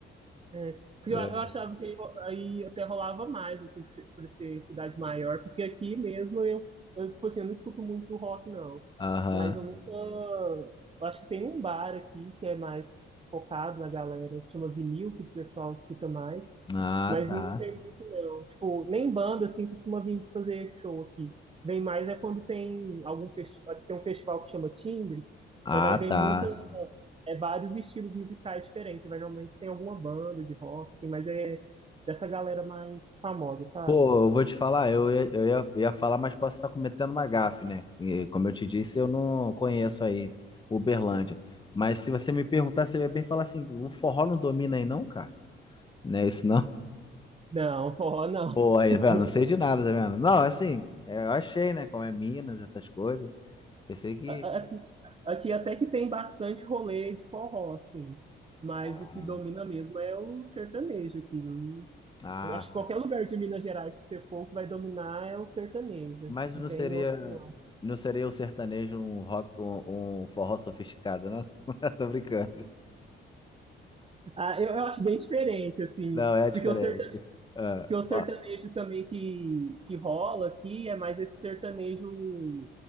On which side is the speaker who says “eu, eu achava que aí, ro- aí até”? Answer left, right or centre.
Right